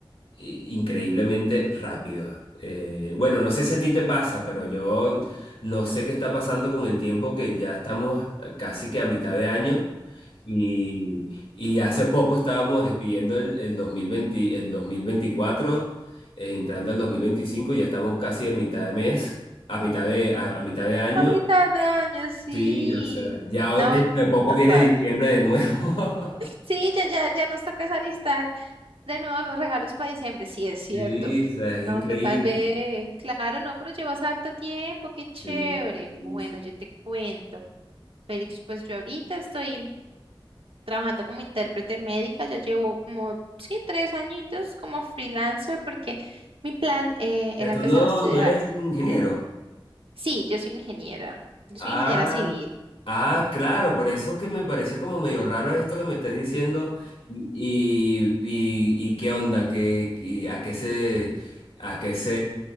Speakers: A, on the left; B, on the right.
A: i- increíblemente rápido. Eh, bueno, no sé si a ti te pasa, pero
B: Mm.
A: yo no sé qué está pasando con el tiempo, que ya estamos eh, casi que a mitad de año y, y hace poco estábamos despidiendo el, el 2020, el 2024, eh, entrando al 2025, y ya estamos casi a mitad de mes, a mitad de, a, a mitad de año.
B: A mitad de año, sí.
A: Sí, o sea, ya
B: No,
A: dentro de poco
B: total.
A: viene diciembre de nuevo. <laughs>
B: Sí, ya, ya, ya nos toca es alistar de nuevo los regalos para diciembre. Sí, es cierto.
A: Sí, o sea, es
B: No,
A: increíble.
B: total, ve. Claro, no, pero llevas harto tiempo, qué chévere.
A: Sí, sí,
B: Bueno,
A: sí.
B: yo te cuento. Félix, pues yo ahorita estoy trabajando como intérprete médica, ya llevo como, sí, tres añitos como freelancer, porque mi plan eh,
A: Pero
B: era
A: tú
B: empezar
A: no,
B: a estudiar.
A: no eres ingeniero.
B: Sí, yo soy ingeniera, yo soy
A: Ah,
B: ingeniera civil.
A: ah, claro, por eso que me parecía como medio raro esto que me estás diciendo. Y, y, y qué onda, ¿Qué, qué- a qué se, a qué se